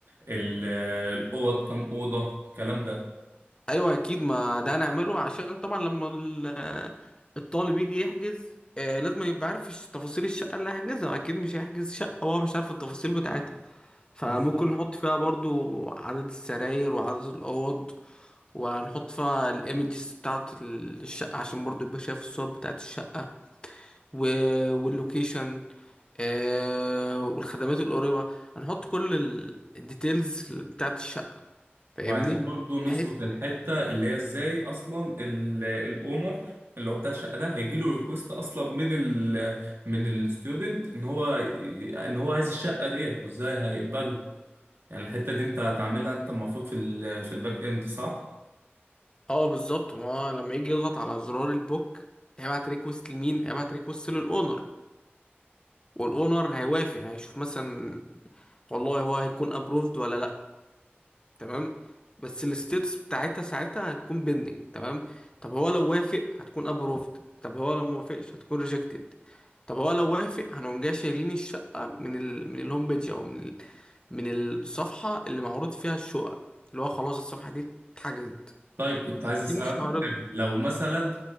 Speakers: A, on the right; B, on the left.
A: ال- آه، الأوض كام أوضة الكلام ده
B: ايوه اكيد ما ده هنعمله عشان طبعا لما ال- الطالب يجي يحجز آه، لازم يبقى عارف الش- تفاصيل الشقه اللي هيحجزها اكيد مش هيحجز شقه وهو مش عارف التفاصيل بتاعتها فممكن
A: بالظبط
B: نحط فيها برضو عدد السراير وعدد الاوض وهنحط فيها الايمجز بتاعه ال- الشقه عشان برضو يبقى شايف الصور بتاعه الشقه و- واللوكيشن آه، والخدمات القريبه هنحط كل ال- الديتيلز بتاعه الشقه فاهمني
A: وعايزين برضو نظبط
B: بحيث
A: الحتة اللي هي ازاي اصلا ال- الاونر اللي هو بتاع الشقة ده هيجيله ريكوست اصلا من ال من الستودنت ان هو ان هو عايز الشقة ديت وازاي هيقبله يعني الحتة دي انت هتعملها انت المفروض في ال في الباك اند صح؟
B: اه بالظبط ما هو لما يجي يضغط على زرار البوك هيبعت ريكوست لمين هيبعت ريكوست للاونر والاونر هيوافق هيشوف مثلا والله هو هيكون ابروفد ولا لا تمام بس الستيتس بتاعتها ساعتها هتكون بيندنج تمام طب هو لو وافق هتكون ابروفد طب هو لو موافقش هتكون ريجكتد طب هو لو وافق هنقوم جاي شايلين الشقة من ال من الهوم بيج او من ال من الصفحة اللي معروض فيها الشقة اللي هو خلاص الصفحة دي اتحجزت
A: طيب كنت عايز اسألك
B: دي مش معرضة
A: عن حاجة لو مثلا